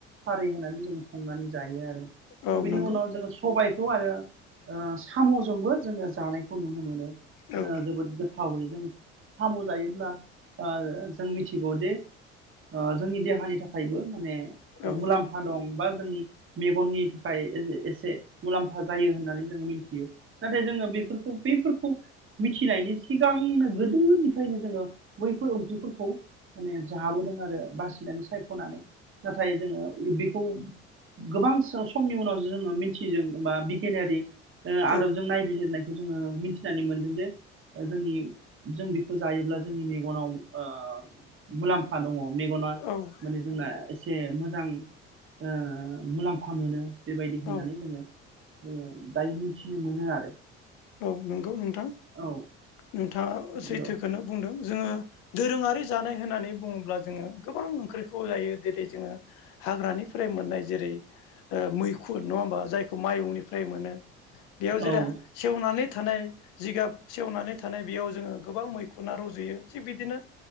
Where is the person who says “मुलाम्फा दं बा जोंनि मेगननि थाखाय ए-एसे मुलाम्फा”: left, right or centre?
Right